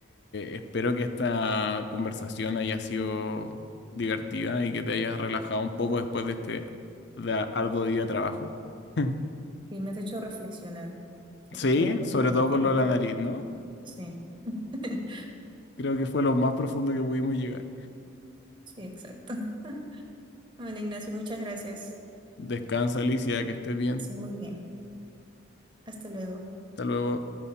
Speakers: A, on the left; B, on the right.
A: eh, espero que esta conversación haya sido divertida y que te hayas relajado un poco después de este da- arduo día de trabajo. <laughs>
B: Y me has hecho reflexionar, sobre
A: Sí,
B: todo con
A: sobre
B: la
A: todo
B: última.
A: con lo de la nariz, ¿no?
B: Sí, <laughs>
A: Creo que fue lo más profundo que pudimos llegar.
B: sí, exacto. <laughs> Bueno, Ignacio, muchas gracias.
A: Descansa, Alicia, que estés bien.
B: Sí, muy bien. Hasta luego.
A: Hasta luego.